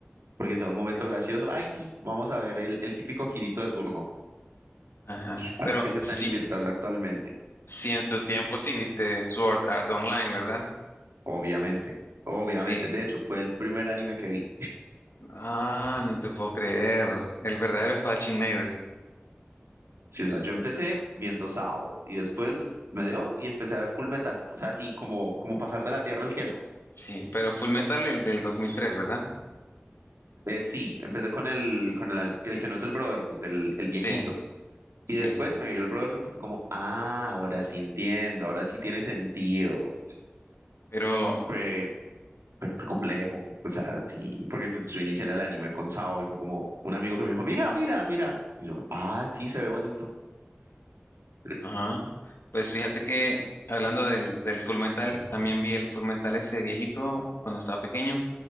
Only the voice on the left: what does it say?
Sí.
Ajá.
Pero
sí,
sí en su tiempo sí viste Sword Art Online, ¿verdad?
Sí.
Ah, no te puedo creer. El verdadero espadachín negro es ese.
Sí, pero Full Metal el del 2003, ¿verdad?
Sí, sí.
Pero,
ajá. Pues fíjate que hablando del, del Full Metal, también vi el Full Metal ese viejito cuando estaba pequeño.